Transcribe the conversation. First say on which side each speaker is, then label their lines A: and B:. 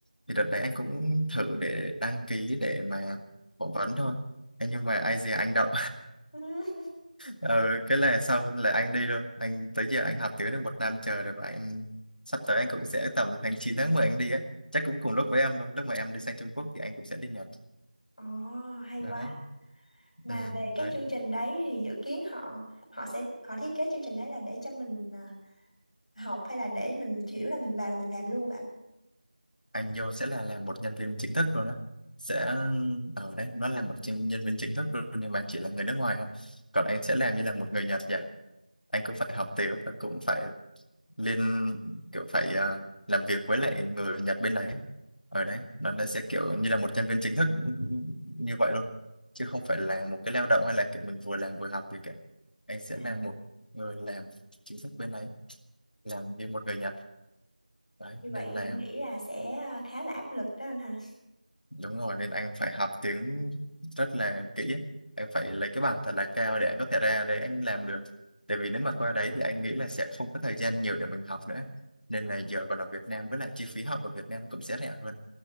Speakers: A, on the left; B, on the left.
A: Thì đợt đấy anh cũng thử để đăng ký để mà phỏng vấn thôi. Thế nhưng mà ai dè anh đậu
B: Ừ. Ừ.
A: ừ, cái là xong là anh đi luôn anh tới giờ anh học tiếng được một năm trời rồi và anh sắp tới anh cũng sẽ tầm tháng 9 tháng 10 anh đi á chắc cũng cùng lúc với em luôn lúc mà em đi sang Trung Quốc thì anh cũng sẽ đi Nhật
B: Ồ, hay
A: đó
B: quá. Mà
A: ừ,
B: về cái
A: đấy
B: chương trình đấy thì dự kiến họ họ sẽ họ thiết kế chương trình đấy là để cho mình à, học hay là để mình chỉ là mình vào là mình làm luôn vậy anh
A: anh vô sẽ là làm một nhân viên chính thức luôn á sẽ ở đấy nó là một nhân nhân viên chính thức luôn nhưng mà chỉ là người nước ngoài thôi còn anh sẽ làm như là một người Nhật vậy anh cũng phải học tiếng và cũng phải lên kiểu phải à, làm việc với lại người Nhật bên đấy ở đấy nó nó sẽ kiểu như là một nhân viên chính thức ừ, như vậy luôn chứ không phải là một cái lao động hay là kiểu mình vừa làm vừa học gì cả anh sẽ
B: À,
A: là một người làm chính thức bên đấy làm như một người Nhật đấy
B: như
A: nên
B: vậy thì
A: là
B: em nghĩ là sẽ à, khá là áp lực đó anh ha.
A: đúng rồi nên anh phải học tiếng rất là kỹ anh phải lấy cái bằng thật là cao để anh có thể ra đấy anh làm được tại vì nếu mà qua đấy thì anh nghĩ là sẽ không có thời gian nhiều để mình học nữa nên là giờ còn ở Việt Nam với lại chi phí học ở Việt Nam cũng sẽ rẻ hơn